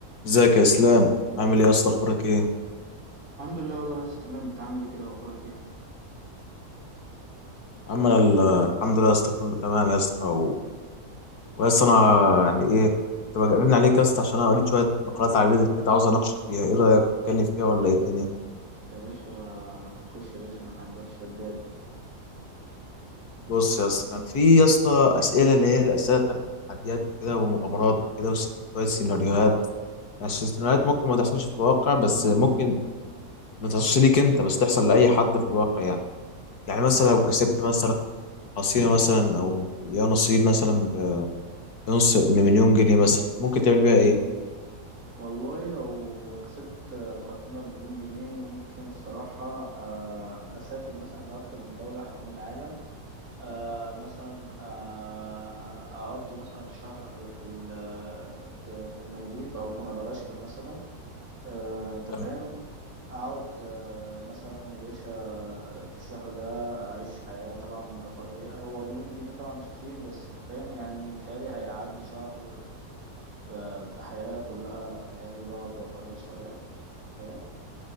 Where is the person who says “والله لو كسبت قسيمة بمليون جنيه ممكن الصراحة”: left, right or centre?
Right